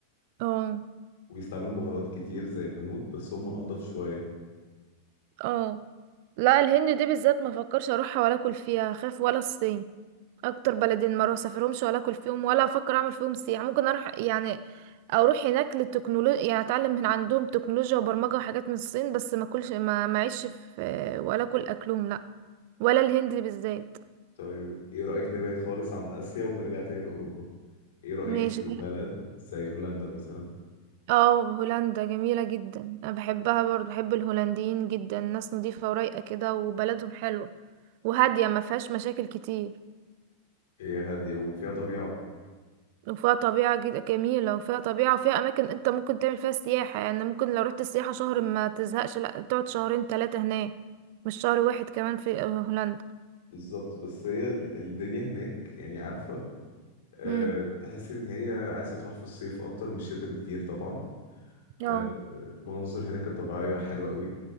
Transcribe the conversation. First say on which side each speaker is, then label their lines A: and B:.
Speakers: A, on the right (about 45°); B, on the left (about 55°).
A: اه
B: ويستعملوا بهارات كتير زي الهنود بس هم انضف شوية
A: اه لا الهند دي بالذات ما فكرش اروحها ولا اكل فيها خاف ولا الصين اكتر بلدين ما اروح اسافرهمش ولا اكل فيهم ولا افكر اعمل فيهم سياحه ممكن اروح يعني اروح هناك للتكنولوجيا يعني اتعلم من عندهم تكنولوجيا وبرمجه وحاجات من الصين بس ما اكلش ما معيش في ولا اكل اكلهم لا ولا الهند بالذات
B: طيب ايه رأيك نبعد خالص عن آسيا ونرجع تاني لأوروبا ايه رأيك
A: ماشي
B: في بلد زي هولندا مثلا
A: اه هولندا جميلة جدا انا بحبها برضو بحب الهولنديين جدا ناس نظيفة ورايقة كده وبلدهم حلوة وهادية ما فيهاش مشاكل كتير
B: هي هادية وفيها طبيعة
A: وفيها طبيعة جد- جميلة وفيها طبيعة وفيها أماكن أنت ممكن تعمل فيها سياحة يعني ممكن لو رحت السياحة شهر ما تزهقش لأ تقعد شهرين تلاتة هناك مش شهر واحد كمان في هولندا
B: بالظبط بس هي الدنيا هناك يعني عارفة أه
A: امم
B: تحس إن هي عايزة تروح في الصيف أكتر من الشتاء بكتير طبعا أه
A: اه
B: المناظر هناك الطبيعية حلوة قوي